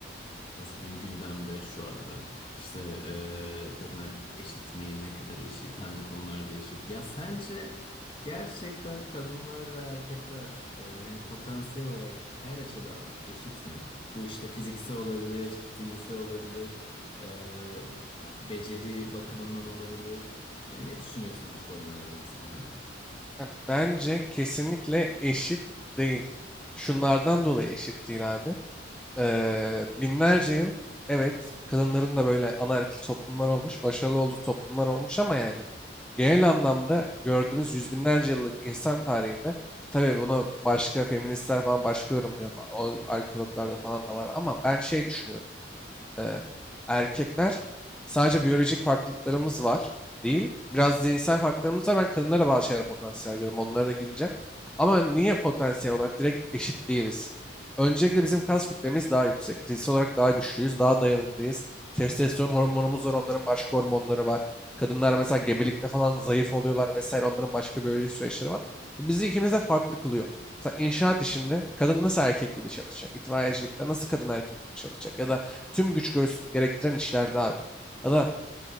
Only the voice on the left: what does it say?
nasıl diyeyim gündemde şu aralar. İşte e, kadın erkek eşit mi? Ne kadar eşit? Hangi konularda eşit? Ya sence gerçekten kadınlar ve erkekler e, hani potansiyel olarak her açıdan eşit mi? Bu işte fiziksel olabilir, zihinsel olabilir, e, beceri bakımından olabilir. E, ne düşünüyorsun bu konularda mesela?